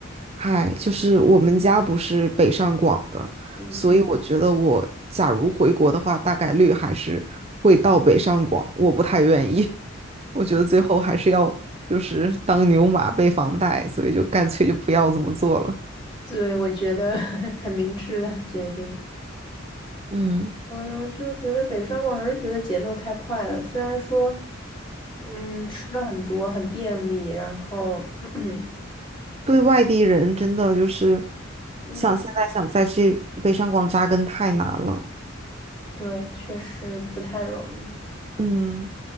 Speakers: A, on the right (about 30°); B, on the left (about 25°).
A: 嗨，就是我们家不是北上广的，
B: 嗯
A: 所以我觉得我假如回国的话，大概率还是会到北上广。我不太愿意，<laughs> 我觉得最后还是要就是当牛马背房贷，
B: <laughs>
A: 所以就干脆就不要这么做了。
B: 对，我觉得 <laughs> 很明智的决定。
A: 嗯，
B: 嗯，就觉得北上广还是觉得节奏太快了，虽然说，嗯，吃了很多，很便利，然后，<clears throat>
A: 对外地人真的就是
B: 嗯，
A: 想现在想在这北上广扎根太难了。
B: 对，确实不太容易。
A: 嗯，